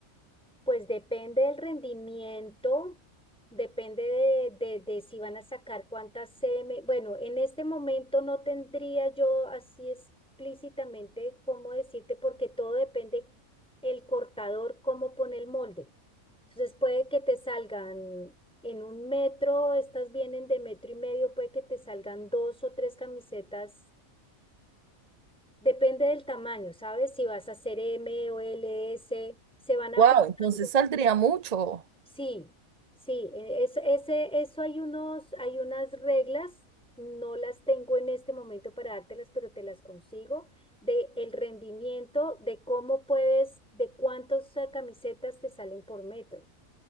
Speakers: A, in the centre; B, on the right.
A: Pues depende del rendimiento, depende de, de- de si van a sacar cuántas CM. Bueno, en este momento no tendría yo así explícitamente cómo decirte, porque todo depende el cortador, cómo pone el molde. Entonces puede que te salgan en un metro, estas vienen de metro y medio, puede que te salgan dos o tres camisetas. Depende del tamaño, ¿sabes? Si vas a hacer M o l s se van ajustando.
B: Wow, entonces saldría mucho.
A: Sí, sí, e- es, ese, eso hay unos, hay unas reglas, no las tengo en este momento para dártelas, pero te las consigo, de el rendimiento, de cómo puedes, de cuántas eh, camisetas te salen por metro.